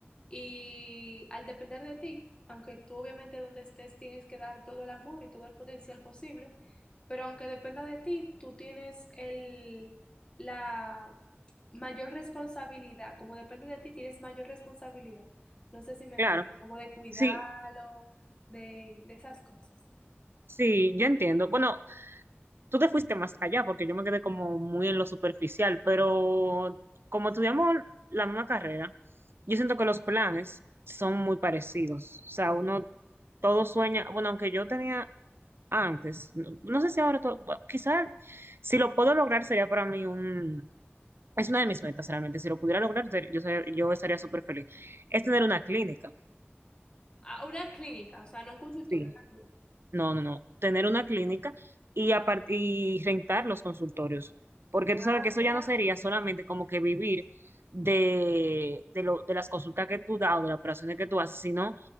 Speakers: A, on the left (about 25°); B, on the right (about 60°).
A: y al depender de ti, aunque tú obviamente donde estés tienes que dar todo el amor y todo el potencial posible, pero aunque dependa de ti, tú tienes el la mayor responsabilidad, como depende de ti, tienes mayor responsabilidad. No sé si me entiendes,
B: claro,
A: como de cuidarlo,
B: sí,
A: de, de esas cosas.
B: sí, yo entiendo. Bueno, Tú te fuiste más allá porque yo me quedé como muy en lo superficial, pero como estudiamos la misma carrera, yo siento que los planes son muy parecidos. O sea, uno todo sueña, bueno, aunque yo tenía antes, no, no sé si ahora, todo, quizás si lo puedo lograr sería para mí un, es una de mis metas realmente, si lo pudiera lograr ser- yo, ser- yo estaría súper feliz, es tener una clínica.
A: A una clínica, o sea, no un consultorio,
B: Sí,
A: una clínica.
B: No, no, no. Tener una clínica y, apar- y rentar los consultorios. Porque
A: Ah,
B: tú sabes que eso
A: mira.
B: ya no sería solamente como que vivir de, de, lo, de las consultas que tú das o de las operaciones que tú haces, sino